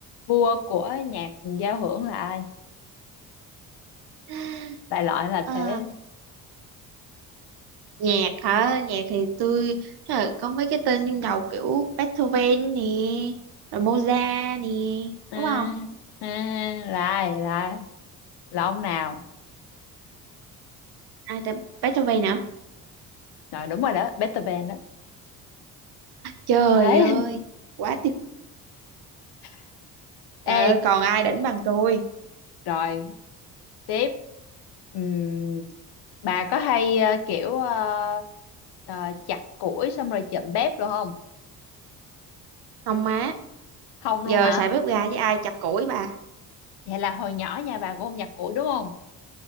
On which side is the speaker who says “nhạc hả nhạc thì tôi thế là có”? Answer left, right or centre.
Right